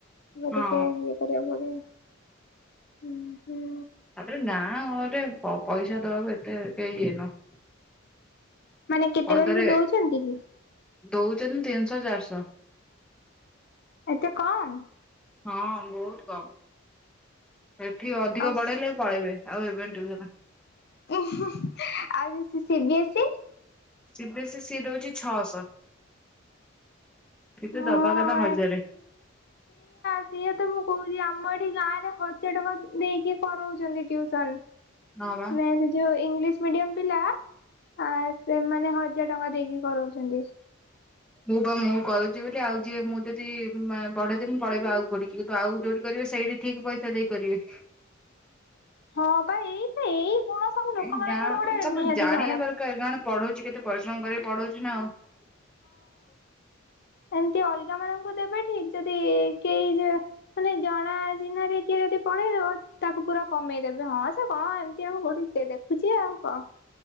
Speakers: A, on the left; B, in the centre.
A: ସେଟିକେ
B: ହଁ।
A: ଇଏ <unintelligible>
B: ତାପରେ ଗାଁରେ ପ ପଇସା ଦବାକୁ ଏତେ କେହି ଇଏ ନୁହଁ।
A: ମାନେ କେତେ
B: ପଦାରେ
A: କରିକି ଦଉଛନ୍ତି କି?
B: ଦଉଛନ୍ତି ତିନିଶହ ଚାରିଶହ।
A: ଏତେ କମ।
B: ହଁ ବହୁତ କମ, ଏଠି ଅଧିକ
A: ଆଉ
B: ବଢେଇଲେ ପଳେଇବେ ଆଉ ହେବେନି ଟିୟୁସନ୍।
A: ଓହୋ ହ ଆଉ ସେ ସିବିଏସ୍ ସି।
B: ସି ବିଏସ୍ ସିଏ ଦଉଛି ଛଅଶହ, କିନ୍ତୁ
A: ହଁ
B: ଦବାକଥା ହଜାରେ। <inaudible>
A: ସେଇଆତ ମୁଁ କହୁଛି ଆମ ଏଠି ଗାଁରେ ହଜାର ଟଙ୍କା ଦେଇକି କରଉଛନ୍ତି ଟିୟୁସନ୍। <unintelligible>
B: ହଁ ବା
A: ଯୋଉ ଇଂଲିଶ ମିଡିୟମ ପିଲା ଆଉ ସେମାନେ ହଜାର ଟଙ୍କା ଦେଇକି କରଉଛନ୍ତି।
B: ମୁଁ ବା ମୁଁ କରୁଛି ବୋଲି ଆଉ ଯିଏ ମୁଁ ଯଦି ବଢେଇଦବି ପଳେଇବି ଆଉ କୋଉଠିକି କିନ୍ତୁ ଆଉ ଯୋଉଠି କରିବେ ସେଇଠି ଠିକ ପଇସା ଦେଇକରିବେ।
A: ହଁ ବା ଏଇ ତ ଏଇ ଗୁଣ ସବୁ ଲୋକମାନଙ୍କର
B: ଏ ଗାଁ
A: ଗୋଟେ
B: ହିସାବରେ
A: ନିହାତି
B: ଜାଣିବା
A: ଖରାପ।
B: ଦରକାର୍ ନା ଜଣେ ପଢୁଚି କେତେ ପରିଶ୍ରମ କରି ପଢଉଚି ନା ଆଉ। <inaudible>
A: ଏମତି ଅଲଗା ମାନଙ୍କୁ ଦେବେ ଠିକ୍ ଯଦି କେହି ଯେ ମାନେ ଜଣା ଅଜଣାରେ କିଏ ଯଦି ପଢେଇଦବ ତାକୁ ପୁରା କମେଇଦେବେ ହଁ ସେ କଣ୍ ଏମିତି ଆଉ ପଢୁଚି ଦେଖୁଚି ଆଉ କଣ।